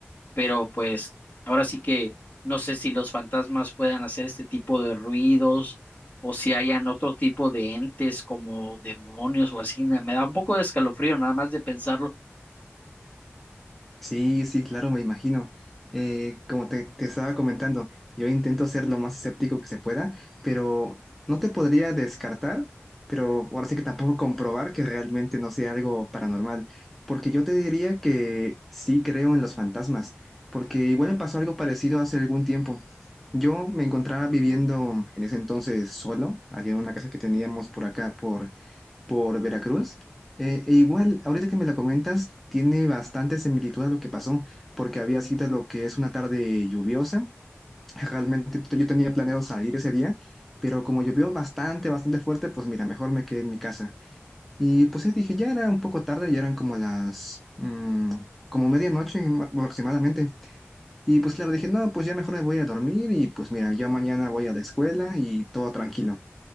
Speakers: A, on the left; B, in the centre.
A: pero pues ahora sí que no sé si los fantasmas puedan hacer este tipo de ruidos o si hayan otro tipo de entes como demonios o así. Me da un poco de escalofrío nada más de pensarlo.
B: Sí, sí, claro, me imagino. Eh, como te, te estaba comentando, yo intento ser lo más escéptico que se pueda, pero no te podría descartar, pero ahora sí que tampoco comprobar que realmente no sea algo paranormal, porque yo te diría que sí creo en los fantasmas, porque igual me pasó algo parecido hace algún tiempo. Yo me encontraba viviendo en ese entonces solo, allí en una casa que teníamos por acá, por por Veracruz. Eh, e igual, ahorita que me lo comentas, tiene bastante similitud a lo que pasó, porque había sido lo que es una tarde lluviosa. Realmente t- yo tenía planeado salir ese día, pero como llovió bastante, bastante fuerte, pues mira, mejor me quedé en mi casa. Y pues sí, dije, ya era un poco tarde, ya eran como las, mm, como medianoche ma- aproximadamente. Y pues claro, dije, no, pues ya mejor me voy a dormir y pues mira, yo mañana voy a la escuela y todo tranquilo